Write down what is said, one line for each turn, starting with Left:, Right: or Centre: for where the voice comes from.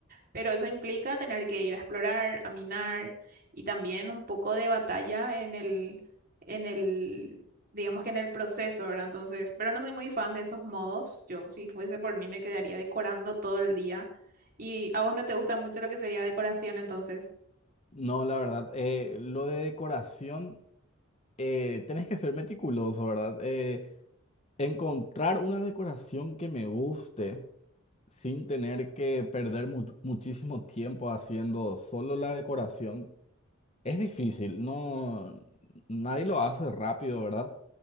Right: Pero eso implica tener que ir a explorar, a minar y también un poco de batalla en el, en el, digamos que en el proceso, ¿verdad? Entonces, pero no soy muy fan de esos modos. Yo, si fuese por mí, me quedaría decorando todo el día. Y a vos no te gusta mucho lo que sería decoración, entonces.
Left: No, la verdad, eh, lo de decoración, eh, tenés que ser meticuloso, ¿verdad? Eh, Encontrar una decoración que me guste sin tener que perder mu- muchísimo tiempo haciendo solo la decoración es difícil, no, nadie lo hace rápido, ¿verdad?